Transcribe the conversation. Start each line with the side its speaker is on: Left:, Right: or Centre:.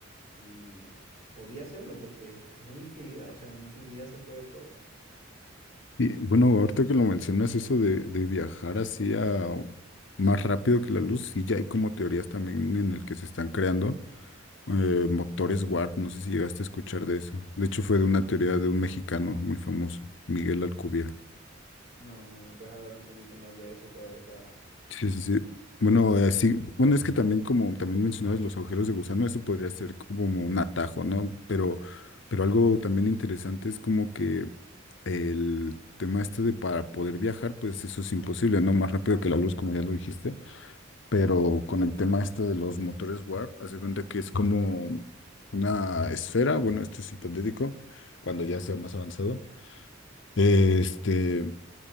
Right: y podía hacerlo porque es una infinidad, o sea, una infinidad se puede todo.
Left: Y bueno, ahorita que lo mencionas, eso de, de viajar así a más rápido que la luz, sí, ya hay como teorías también en el que se están creando eh, motores warp no sé si llegaste a escuchar de eso. De hecho, fue de una teoría de un mexicano muy famoso, Miguel Alcubierre.
Right: No, no, ¿me puedes hablar un poquito más de eso para ver? Para...
Left: Sí, sí, sí. Bueno, así, bueno, es que también como también mencionabas los agujeros de gusano, eso podría ser como un atajo, ¿no? Pero, pero algo también interesante es como que el tema este de para poder viajar, pues eso es imposible, ¿no? Más rápido que la luz, como ya lo dijiste. Pero con el tema este de los motores warp, haz de cuenta que es como una esfera, bueno, esto es hipotético, cuando ya sea más avanzado. Este